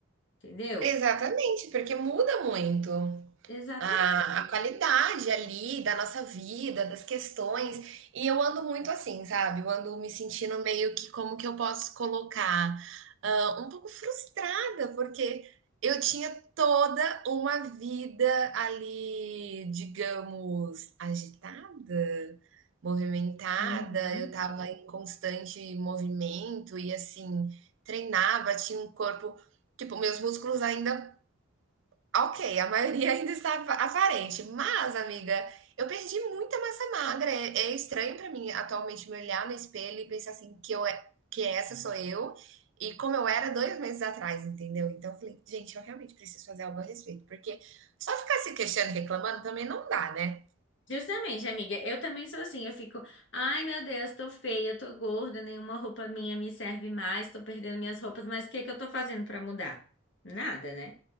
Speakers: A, on the left; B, on the right.
A: Entendeu?
B: Exatamente, porque muda muito
A: Exatamente.
B: a, a qualidade ali da nossa vida, das questões. E eu ando muito assim, sabe? Eu ando me sentindo meio que como que eu posso colocar, ah, um pouco frustrada, porque eu tinha toda uma vida ali, digamos, agitada, movimentada,
A: Uhum.
B: eu estava em constante movimento e assim, treinava, tinha um corpo. Tipo, meus músculos ainda Ok, a maioria ainda está apa- aparente, mas, amiga, eu perdi muita massa magra. É, é estranho para mim atualmente me olhar no espelho e pensar assim que eu é- que essa sou eu e como eu era dois meses atrás, entendeu? Então eu falei, gente, eu realmente preciso fazer algo a respeito, porque só ficar se queixando e reclamando também não dá, né?
A: Justamente, amiga. Eu também sou assim. Eu fico, ai meu Deus, tô feia, tô gorda, nenhuma roupa minha me serve mais, tô perdendo minhas roupas, mas o que que eu tô fazendo pra mudar? Nada, né?